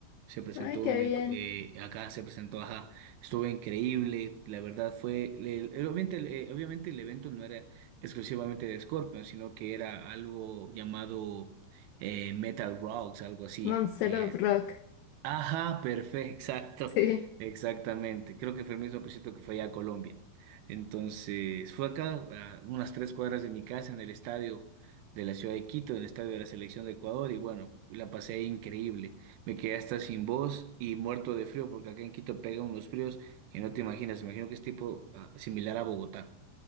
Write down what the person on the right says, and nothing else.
Se presentó
en el-
eh, acá, se presentó ajá, estuvo increíble. La verdad fue, le- el- obviamente, el- eh, obviamente el evento no era exclusivamente de Scorpion, sino que era algo llamado eh, Metal Rocks, algo así.
eh,
Ajá, perfecto, exacto,
exactamente. Creo que fue el mismo cosito que fue allá a Colombia. Entonces, fue acá, a unas tres cuadras de mi casa, en el estadio de la ciudad de Quito, en el estadio de la selección de Ecuador, y bueno, la pasé ahí increíble. Me quedé hasta sin voz y muerto de frío, porque acá en Quito pegan unos fríos que no te imaginas. Imagino que es tipo ah, similar a Bogotá.